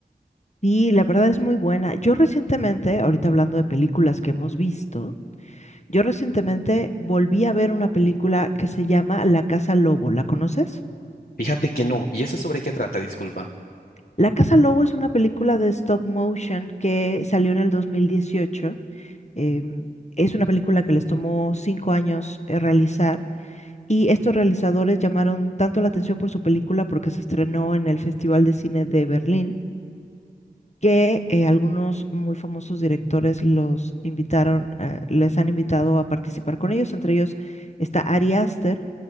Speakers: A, on the left; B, on the left.
A: Y la verdad es muy buena. Yo recientemente, ahorita hablando de películas que hemos visto, Yo recientemente volví a ver una película que se llama La Casa Lobo. ¿La conoces?
B: Fíjate que no, ¿y esa sobre qué trata? Disculpa.
A: La Casa Lobo es una película de stop motion que salió en el 2018. Em, es una película que les tomó cinco años eh, realizar y estos realizadores llamaron tanto la atención por su película porque se estrenó en el Festival de Cine de Berlín que eh, algunos muy famosos directores los invitaron, eh, les han invitado a participar con ellos. Entre ellos está Ari Aster,